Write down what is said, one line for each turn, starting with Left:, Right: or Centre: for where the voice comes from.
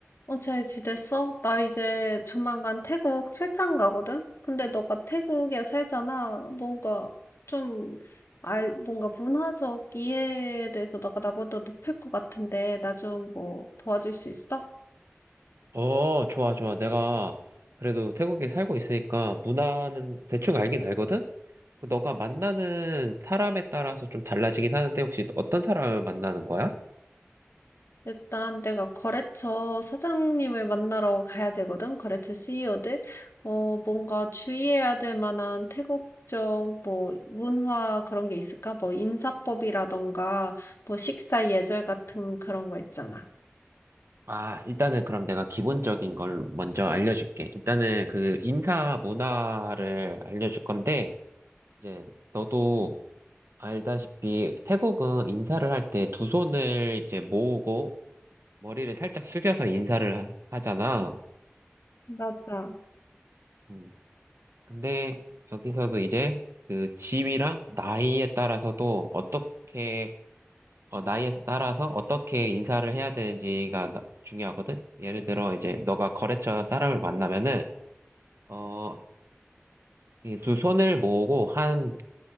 Left: 어, 잘 지냈어? 나 이제 조만간 태국 출장 가거든? 근데 너가 태국에 살잖아. 뭔가 좀 알, 뭔가 문화적 이해에 대해서 너가 나보다 높을 것 같은데, 나 좀 뭐 도와줄 수 있어?
Right: 어, 좋아, 좋아. 내가 그래도 태국에 살고 있으니까 문화는 대충 알긴 알거든? 너가 만나는 사람에 따라서 좀 달라지긴 하는데 혹시 어떤 사람을 만나는 거야?
Left: 일단 내가 거래처 사장님을 만나러 가야 되거든? 거래처 CEO들? 어, 뭔가 주의해야 될 만한 태국적 뭐 문화 그런 게 있을까? 뭐 인사법이라던가 뭐 식사 예절 같은 그런 거 있잖아.
Right: 아, 일단은 그럼 내가 기본적인 걸 먼저 알려줄게. 일단은 그 인사 문화를 알려줄 건데, 이제 너도 알다시피 태국은 인사를 할 때 두 손을 이제 모으고 머리를 살짝 숙여서 인사를 하- 하잖아.
Left: 맞아.
Right: 음. 근데 여기서도 이제 그 집이랑 나이에 따라서도 어떻게 어, 나이에 따라서 어떻게 인사를 해야 되는지가 나- 중요하거든. 예를 들어 이제 너가 거래처 사람을 만나면은 어, 이두 손을 모으고 한